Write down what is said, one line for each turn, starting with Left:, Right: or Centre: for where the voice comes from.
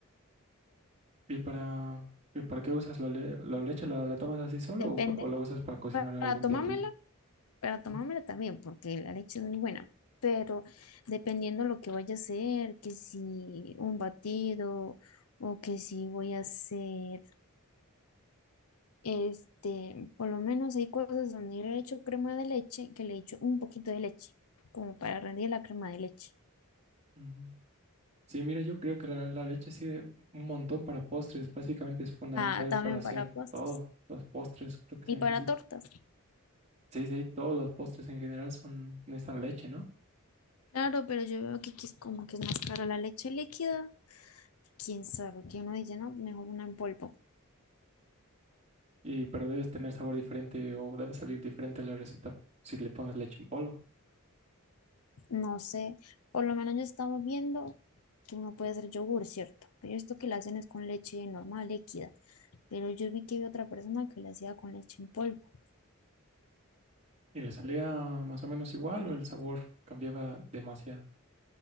Right: ¿Y para, y para qué usas la, le- la leche? ¿La, la tomas así solo
Left: Depende.
Right: o, o la usas para cocinar
Left: Para
Right: algún
Left: tomármela
Right: platillo?
Left: para tomármela
Right: Ujú.
Left: también, porque la leche es muy buena, pero dependiendo lo que vaya a hacer, que si un batido o que si voy a hacer, este, por lo menos hay cosas donde yo le he hecho crema de leche, que le he hecho un poquito de leche, como para rendir la crema de leche.
Right: Ujú. Sí, mira, yo creo que la, la leche sirve un montón para postres. Básicamente es fundamental
Left: Ah, también
Right: para hacer
Left: para postres
Right: todos los postres, creo que se
Left: y
Right: necesita.
Left: para tortas.
Right: Sí, sí, todos los postres en general son necesitan leche, ¿no?
Left: Claro, pero yo veo que aquí es como que es más cara la leche líquida. Quién sabe, que uno dice, no, mejor una en polvo.
Right: Y, pero debes tener sabor diferente o debe salir diferente la receta si le pones leche en polvo.
Left: No sé, por lo menos ya estamos viendo que uno puede hacer yogur, ¿cierto? Pero esto que la hacen es con leche normal, líquida. Pero yo vi que había otra persona que la hacía con leche en polvo.
Right: ¿Y le salía más o menos igual o el sabor cambiaba demasiado?